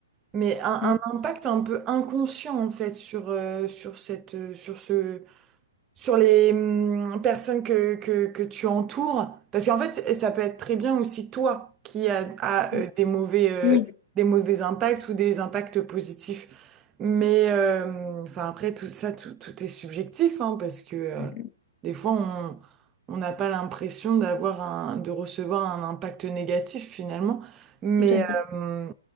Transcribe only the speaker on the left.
Mm,
mm.
Oui,
mm, mm,
tout à fait.